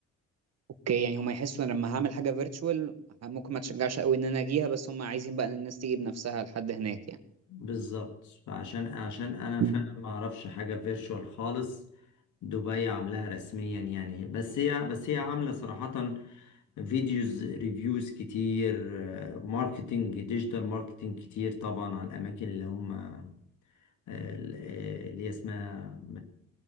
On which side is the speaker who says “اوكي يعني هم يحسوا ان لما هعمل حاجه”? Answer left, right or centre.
Right